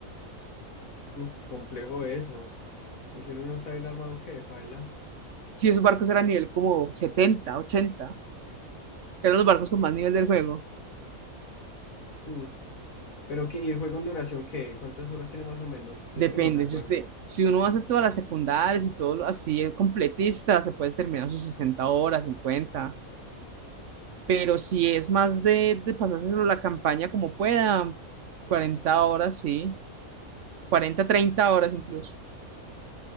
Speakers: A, on the left; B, on the right.
A: Mm, complejo eso. Y si uno no está bien armado, ¿qué? Paila.
B: Si esos barcos eran nivel como 70 ochenta eran los barcos con más nivel del juego.
A: Mm, Pero qué ¿y el juego en duración qué? ¿Cuántas horas tiene más o menos? Yo
B: Depende,
A: es que no me acuerdo.
B: si usted, si uno hace todas las secundarias y todo lo así, es completista, se puede terminar sus 60 horas, cincuenta pero si es más de, de pasárselo la campaña como pueda, 40 horas, sí, 40 30 horas incluso.